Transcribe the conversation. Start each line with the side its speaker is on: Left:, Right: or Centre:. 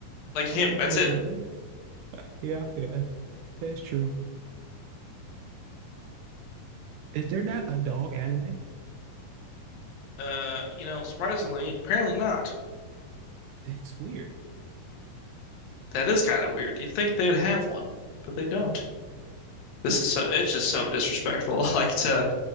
Left: Like him,
Right: I'm looking
Left: that's
Right: at
Left: it.
Right: the list. Yeah, yeah, that's true. Is there not a dog anime?
Left: Uh, you know, surprisingly, apparently not.
Right: That's weird.
Left: That is kind of weird. You'd think they'd have one, but they don't.
Right: Yeah.
Left: This is so it's just so disrespectful. <laughs> Like to